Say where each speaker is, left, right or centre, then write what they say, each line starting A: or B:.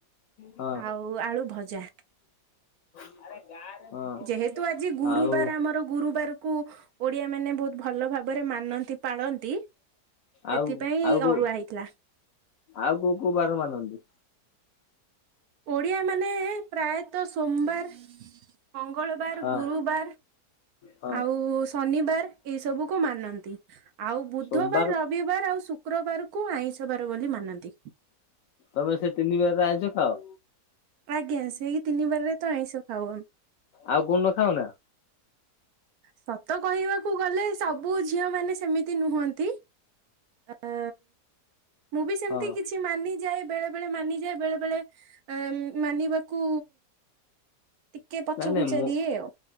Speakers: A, on the left; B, on the right.
A: ହଁ
B: ଆଉ ଆଳୁଭଜା।
A: ହଁ।
B: ଯେହେତୁ ଆଜି ଗୁରୁବାର
A: ଆଉ
B: ଆମର ଗୁରୁବାରକୁ ଓଡ଼ିଆମାନେ ବହୁତ ଭଲ ଭାବରେ ମାନନ୍ତି ପାଳନ୍ତି
A: ଆଉ
B: ସେଥିପାଇଁ
A: ଆଉ କୋଉ
B: ଅରୁଆ ହେଇଥିଲା।
A: ଆଉ କୋଉ କୋଉ ବାର ମାନନ୍ତି?
B: ଓଡିଆ ମାନେ ପ୍ରାୟତଃ ସୋମବାର ମଙ୍ଗଳବାର,
A: ହଁ
B: ଗୁରୁବାର
A: ହଁ।
B: ଆଉ ଶନିବାର ଏଇ ସବୁକୁ ମାନନ୍ତି। ଆଉ ବୁଧବାର
A: ସୋମବାର
B: ର ରବିବାର ଆଉ ଶୁକ୍ରବାରକୁ ଆଇଁଷ ବାର ବୋଲି ମାନନ୍ତି।
A: ତମେ ସେ ତିନିିବାରରେ ଆଇଁଷ ଖାଅ?
B: ଆଜ୍ଞା, ସେଇ ତିନିିବାରରେ ତ ଆଇଁଷ ଖାଉ।
A: ଆଉ କୋଉଦିନ ଖାଉନା?
B: ସତ କହିବାକୁ ଗଲେ ସବୁ ଝିଅମାନେ ସେମିତି ନୁହନ୍ତି। ଅ ମୁଁ ବି ସେମତି
A: ହଁ।
B: କିଛି ମାନି ଯାଏ ବେଳେ ବେଳେ ମାନିଯାଏ। ବେଳେ ବେଳେ ଏଁ ମାନିବାକୁ ଟିକେ ପଛ
A: ନାଇ ନାଇଁ
B: ଘୁଞ୍ଚା
A: ମୁଁ
B: ଦିଏ ଆଉ